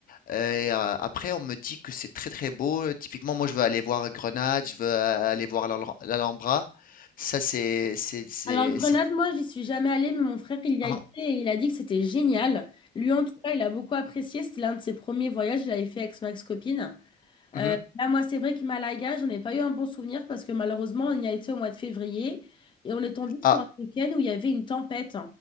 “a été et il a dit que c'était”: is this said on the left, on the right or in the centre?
Left